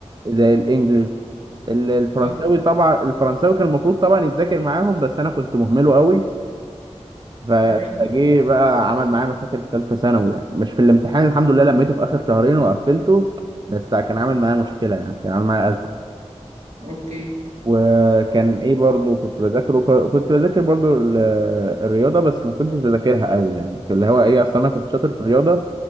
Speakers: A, on the right (about 40°); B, on the right (about 80°).
A: زي الانجليش ال- الفرنساوي
B: اه
A: طبعا الفرنساوي كان المفروض طبعا يتذاكر معاهم بس انا كنت مهمله قوي ف-
B: تمام
A: فجه بقى عمل معايا مشاكل في ثالثه ثانوي يعني مش في الامتحان الحمد لله لميته في اخر شهرين وقفلته بس كان عامل معايا مشكله يعني كان عامل معايا ازمه
B: اوكي
A: وكان ايه برضو كنت بذاكر وك- كنت بذاكر برضو ال- الرياضه بس ما كنتش بذاكرها قوي يعني اللي هو ايه اصلا انا كنت شاطر في الرياضه